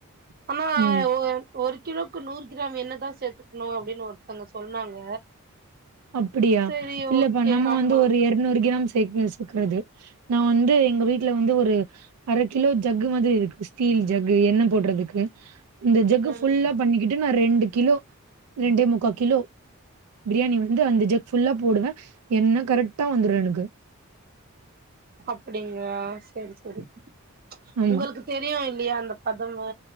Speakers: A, on the right; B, on the right.
A: ஆனா
B: ம்
A: ஒ ஒரு கிலோக்கு நூறு க்ராம் எண்ணதா சேத்துக்ணு அப்டின்னு ஒருத்தங்க சொன்னாங்க
B: அப்புடியா
A: செரி
B: இல்ல
A: ஓகே
B: இப்ப நம்ம
A: ஆமா
B: வந்து ஒரு எர்நூறு கிராம் சேக் சேக்குறது நா வந்து எங்க வீட்ல வந்து ஒரு அர கிலோ ஜக்கு மாதிரி இருக்கு ஸ்டீல் ஜக்கு எண்ண போட்றதுக்கு இந்த ஜக்கு
A: ம்
B: ஃபுல்லா பண்ணிக்கிட்டு நா ரெண்டு கிலோ ரெண்டே முக்கா கிலோ பிரியாணி வ வந்து அந்த ஜக் ஃபுல்லா போடுவே எண்ண கரெக்டா வந்துரு எனக்கு
A: அப்டிங்களா சேரி சேரி
B: ஆமா
A: உங்களுக்கு தெரியு இல்லியா அந்த பதமு